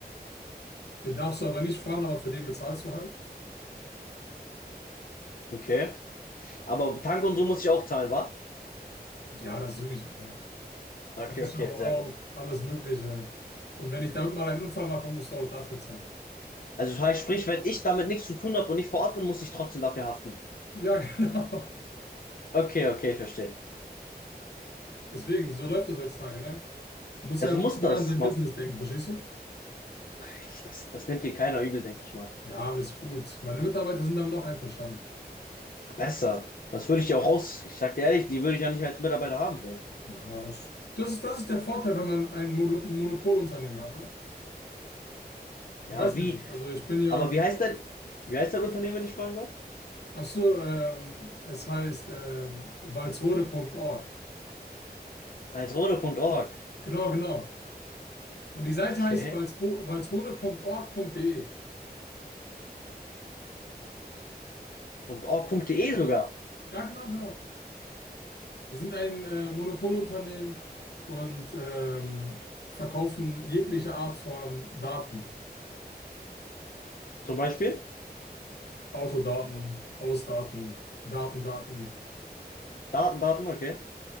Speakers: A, on the left; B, on the left.
A: Den darfst du aber nicht fahren, aber für den bezahlst du halt.
B: Okay. Aber Tank und so muss ich auch zahlen, wa?
A: Ja, das sowieso, ne?
B: Okay,
A: Versicherung
B: okay,
A: auch,
B: sehr gut.
A: alles Mögliche. Und wenn ich damit mal einen Unfall mache, musst du auch dafür zahlen.
B: Also das heißt, sprich, wenn ich damit nichts zu tun habe und nicht vor Ort bin, muss ich trotzdem dafür haften.
A: Ja, <laughs> genau.
B: Okay, okay, ich verstehe.
A: Deswegen, so läuft das heutzutage, ne? Man muss
B: Ja,
A: ja
B: so
A: ein
B: muss
A: bisschen
B: das.
A: mehr an sein
B: Ma-
A: Business denken, verstehst du?
B: Ich, das, das nimmt dir keiner übel, denke ich mal.
A: Ja, alles gut. Meine Mitarbeiter sind damit auch einverstanden.
B: Besser. Das würde ich ja auch raus. Ich sag dir ehrlich, die würde ich ja nicht mehr als Mitarbeiter haben wollen.
A: Ja, das, das ist, das ist der Vorteil, wenn man ein Mono Monopolunternehmen hat, ne?
B: Ja,
A: Ich weiß
B: wie?
A: ja nicht. Also ich bin ja,
B: Aber wie heißt denn, wie heißt dein Unternehmen, wenn ich fragen darf?
A: ach so, ähm, es heißt ähm, walsrode punkt Org.
B: Walsrode.org.
A: Genau, genau. Und die Seite
B: Okay.
A: heißt walspo- walsrode.org.de.
B: .org.de sogar.
A: Ja, genau, genau. Wir sind ein äh, Monopolunternehmen und ähm, verkaufen jegliche Art von Daten.
B: Zum Beispiel.
A: Autodaten, Hausdaten, Daten, Daten.
B: Daten, Daten, okay.